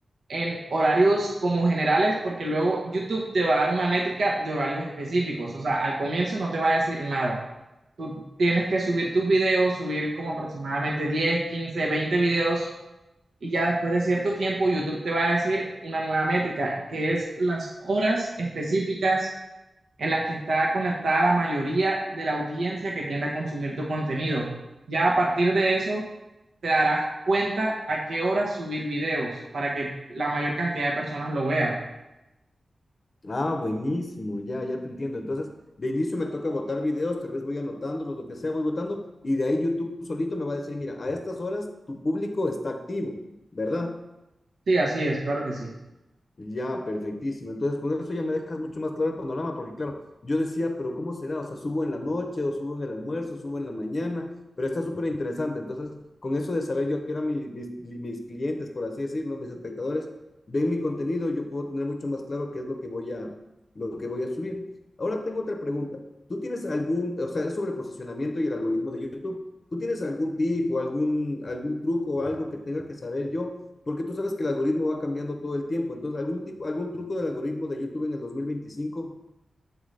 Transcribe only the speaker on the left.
Ah, buenísimo, ya, ya te entiendo. Entonces, de inicio me toca botar videos, tal vez voy anotándolos, lo que sea, voy votando, y de ahí YouTube solito me va a decir, mira, a estas horas tu público está activo, ¿verdad?
Ya, perfectísimo. Entonces, con eso ya me dejas mucho más claro el panorama, porque claro, yo decía, pero ¿cómo será? O sea, subo en la noche, o subo en el almuerzo, subo en la mañana, pero está súper interesante. Entonces, con eso de saber yo a qué eran mis, mis, mis clientes, por así decirlo, mis espectadores, ven mi contenido, yo puedo tener mucho más claro qué es lo que voy a, lo que voy a subir. Ahora tengo otra pregunta. ¿Tú tienes algún, o sea, es sobre el posicionamiento y el algoritmo de YouTube? ¿Tú tienes algún tip o algún, algún truco o algo que tenga que saber yo porque tú sabes que el algoritmo va cambiando todo el tiempo. Entonces, algún tipo, algún truco del algoritmo de YouTube en el dos mil veinticinco,